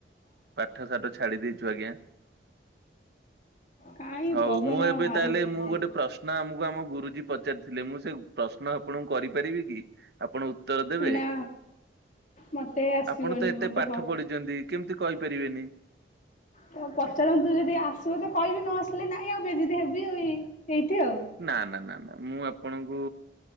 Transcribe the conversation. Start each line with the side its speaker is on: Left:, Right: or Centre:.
Right: ପାଠ ସାଠ ଛାଡି ଦେଇଛୁ ଆଜ୍ଞା।
Left: କାଇଁ
Right: ହଉ
Left: ପବନ
Right: ମୁଁ ଏବେ
Left: ମାରୁଛନ୍ତି।
Right: ତାହେଲେ ମୁଁ ଗୋଟେ ପ୍ରଶ୍ନ ଆମକୁ ଆମ ଗୁରୁଜୀ ପଚାରିଥିଲେ ମୁଁ ସେ ପ୍ରଶ୍ନ ଆପଣଙ୍କୁ କରିି ପାରିବି କି ଆପଣ ଉତ୍ତର ଦେବେ।
Left: ନା ମତେ ଆସିବନି
Right: ଆପଣ ତ ଏତେ
Left: ମତେ
Right: ପାଠ ପଢିଛନ୍ତି କେମିତି କହିପାରିବେନି।
Left: ହଉ ପଚାରନ୍ତୁ ଯଦି ଆସିବ ତ କହିବି ନ ଆସିଲେ ନାଇଁ ଆଉ ବେଜିତ ହେବି ଆଉ ଏଇ ଏଇଠି ଆଉ।
Right: ନା ନା ନା ନା ମୁଁ ଆପଣଙ୍କୁ।